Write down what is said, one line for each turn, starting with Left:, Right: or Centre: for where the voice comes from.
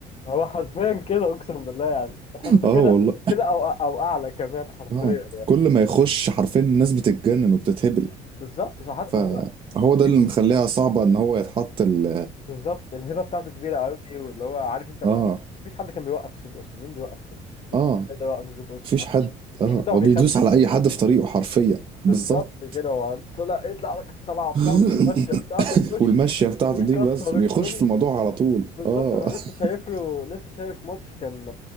Left: هو حرفيا كده اقسم بالله يعني تحسه
Right: آه
Left: كده
Right: والله
Left: اه كده او او اعلى كمان حرفيا
Right: آه كل ما يخش حرفيا الناس بتتجنن وبتتهبل
Left: بالظبط صح
Right: فهو
Left: هو الهب
Right: ده اللي مخليها صعبة إن هو يتحط ال
Left: بالظبط الهبه بتاعته كبيره قوي واللي هو عارف انت
Right: آه
Left: ما
Right: آه
Left: مفيش حد كان بيوقف ستيف اوستن مين بيوقف ستيف اوستن مفيش
Right: آه،
Left: حد كان بيوقف ستيف اوستن
Right: مفيش
Left: مفيش
Right: حد
Left: مفيش
Right: آه
Left: حد ما
Right: هو
Left: بيخافش
Right: بيدوس على
Left: من
Right: أي حد في طريقه حرفيا بالظبط
Left: بالظبط كده هو طلع يطلع لك الطلعه بتاعته
Right: <laughs>
Left: بالمشيه بتاعته يخش
Right: والمشية بتاعته
Left: يكسر
Right: دي بس بيخش
Left: الكل
Right: في الموضوع على طول
Left: بالظبط
Right: آه
Left: انا
Right: <laughs>
Left: لسه شايف له لسه شايف ماتش كان